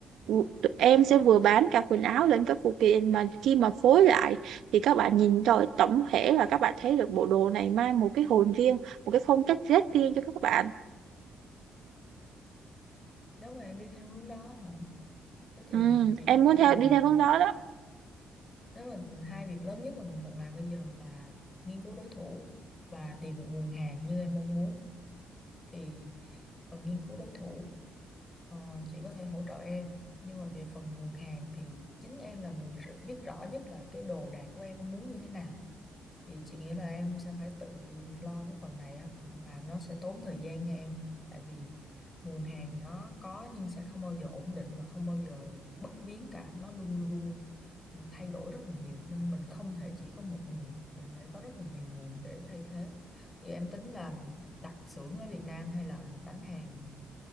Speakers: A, on the right; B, on the left.
A: ừ, tụi em sẽ vừa bán cả quần áo lẫn các phụ kiện mà khi mà phối lại thì các bạn nhìn rồi tổng thể là các bạn thấy được bộ đồ này mang một cái hồn riêng một cái phong cách rất riêng cho các bạn
B: nếu mà em đi theo hướng đó hả thế thì
A: Ừm,
B: việc
A: em
B: đầu
A: muốn
B: tiên
A: theo
B: mà
A: đi
B: mình
A: theo hướng đó đó
B: nếu mà hai việc lớn nhất mà mình cần làm bây giờ là nghiên cứu đối thủ và tìm được nguồn hàng như em mong muốn thì cần nghiên cứu đối thủ Ờ, chị có thể hỗ trợ em nhưng mà về phần nguồn hàng thì chính em là người r- biết rõ nhất là cái đồ đạc của em muốn như thế nào thì chị nghĩ là em sẽ phải tự lo cái phần này á và nó sẽ tốn thời gian nha em tại vì nguồn hàng nó có nhưng sẽ không bao giờ ổn định và không bao giờ bất biến cả nó luôn luôn thay đổi rất là nhiều nên mình không thể chỉ có một nguồn mình phải có rất là nhiều nguồn để thay thế thì em tính là đặt xưởng ở Việt Nam hay là đánh hàng